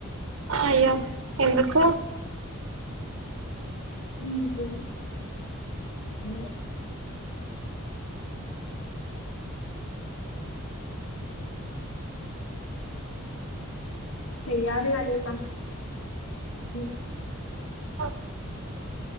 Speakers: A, on the right (about 70°); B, on the left (about 85°).
A: అ అయ్యో ఎందుకు
B: ఎం చెప్పేది <unintelligible> చెయ్యాలి మరి ఇంకా <unintelligible>
A: ఓ